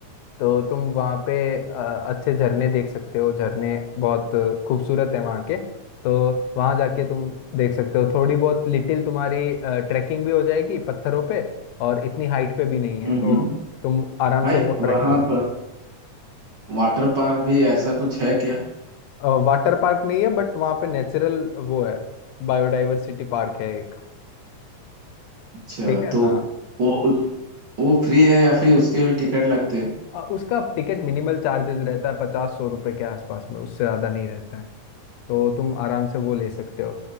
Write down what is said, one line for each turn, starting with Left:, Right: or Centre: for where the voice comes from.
Left: तो तुम वहाँ पे अ, अच्छे झरने देख सकते हो झरने बहुत खूबसूरत है वहाँ के तो वहाँ जाके तुम देख सकते हो थोड़ी बहुत लिटिल तुम्हारी ट्रैकिंग भी हो जाएगी पत्थरों पे और इतनी हाइट पे भी नहीं है
Right: हम्म
Left: तो तुम आराम
Right: भाई
Left: से वो ट्रैक
Right: वहां
Left: कर सकते
Right: पर वाटर पार्क भी ऐसा कुछ है क्या
Left: हो वाटर पार्क नहीं है बट वहाँ पे नेचुरल वो है बायोडाइवर्सिटी पार्क है एक
Right: अच्छा
Left: ठीक है
Right: तो
Left: हाँ
Right: वो उस वो फ्री है या फिर उसके भी टिकट लगते हैं
Left: अ, उसका टिकट मिनिमल चार्जेस रहता है पचास सौ रुपए के आसपास में उससे ज़्यादा नहीं रहता है तो तुम आराम से वो ले सकते हो